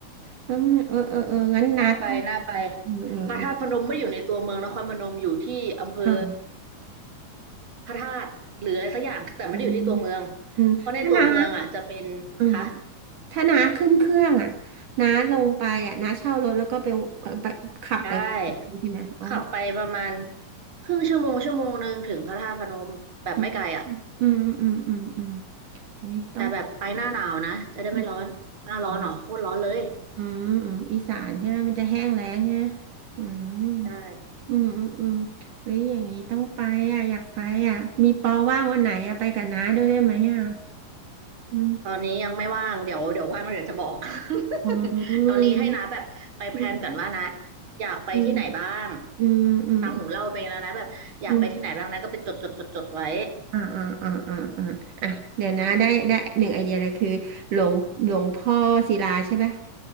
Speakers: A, on the right; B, on the right.
A: แล้วมันเออเออเอองั้นน้าต้อง
B: น่าไปน่าไป
A: เออเออเออ
B: พระธาตุพนมไม่ได้อยู่ในตัวเมืองนครพนมอยู่ที่อำเภอ
A: อ่า
B: พระธาตุหรืออะไรสักอย่างแต่ไม่ได้อยู่ที่ตัวเมือง
A: อืม อืมถ้าน้า
B: เพราะในตัวเมืองอ่ะจะเป็นคะ
A: อืมถ้าน้าขึ้นเครื่องอ่ะน้าลงไปอ่ะน้าเช่ารถแล้วก็ไปไปไปขับไป
B: ได้
A: ใช่ไหมอ๋อ
B: ขับไปประมาณครึ่งชั่วโมงชั่วโมงหนึ่งถึงพระธาตุพนมแบบไม่ไกลอ่ะ
A: อืมอืมอืมอืมอืมอุ้ยต้อง
B: แต่แบบไปหน้าหนาวนะจะได้ไม่ร้อนหน้าร้อนหรอโคตรร้อนเลย
A: อมอ๋ออืมอืมอีสานใช่ไหม มันจะแห้งแล้งใช่ไหมอืม
B: ใช่
A: อืมอืมอืมเฮ้ยอย่างนี้ต้องไปอ่ะอยากไปอ่ะมีปอว่างวันไหนอ่ะไปกับน้าด้วยได้ไหมอ่ะอืม
B: ตอนนี้ยังไม่ว่างเดี๋ยวเดี๋ยวว่างแล้วเดี๋ยวจะบอก <laughs>
A: อื
B: ตอนนี้ให้นะแบบไปแพลนก่อนว่านะ
A: มอืม
B: อยากไปที่ไหนบ้าง
A: อืมอืมอืม
B: ฟังหนูเล่าไปแล้วนะแบบอยากไปที่ไหนบ้างนะก็ไปจดจดจดจดไว้
A: อืม อ่าอ่าอ่าอ่าอ่าอ่ะเดี๋ยวนะได้ได้หนึ่งไอเดียเลยคือหลวงหลวงพ่อศิลาใช่ปะ